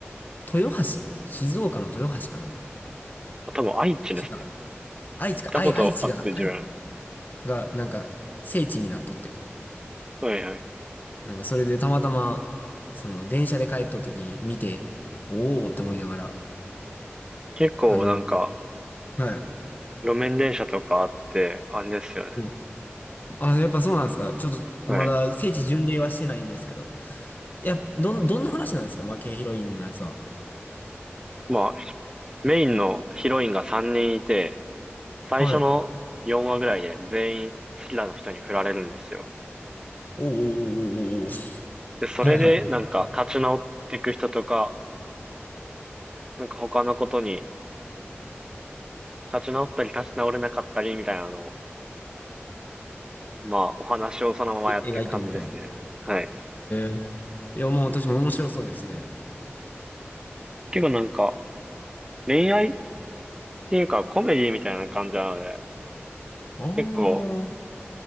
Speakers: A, on the left; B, on the right.
A: 豊橋静岡の豊橋かな
B: 多分愛知ですね。
A: 滋賀愛知か、
B: 行ったことあって自分。
A: 愛、愛知が、愛が、なんか、聖地になっとって。
B: はいはい。
A: なんか、それでたまたま、その、電車で帰っとった時に見て、おーって思いながら、
B: 結構なんか、
A: あの、は
B: 路面電車とかあって、あれですよね。
A: い。うん。あ、やっぱそうなんですか。ちょっと、
B: はい。
A: まだ、聖地巡礼はしてないんですけど。いや、どん、どんな話なんですか負けヒロインのやつは。
B: まあ、メインのヒロインが3人いて、最初の4話ぐらいで全員好きな人に振られるんですよ。
A: はい。おーおーおーおーおー。
B: で、それでなんか立ち直っていく人とか、
A: はいはいは
B: なんか他のことに立ち直ったり立ち直れなかったりみたいなのを、まあお話をそのままやっていく感じですね。
A: い。え、描いとうみたいな。へ
B: はい。
A: え。いや、もう確かに面白そうですね。
B: 結構なんか恋愛っていうかコメディみたいな感じなので、
A: あ
B: 結構
A: ー。